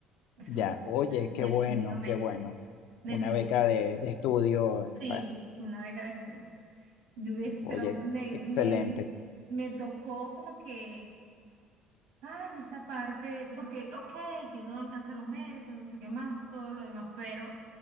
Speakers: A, on the right; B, on the left.
A: Estuviera
B: ya,
A: en
B: oye,
A: Venezuela, definitivamente,
B: qué bueno, qué bueno.
A: definitivamente.
B: Una beca de, de estudio, eh,
A: Sí,
B: pa-
A: una beca de estudio. Yo hubies-
B: oye,
A: pero
B: ex-
A: me,
B: excelente.
A: me, me tocó como que, ay, esa parte, porque, ok, que uno alcanza los méritos, no sé qué más, todo lo demás, pero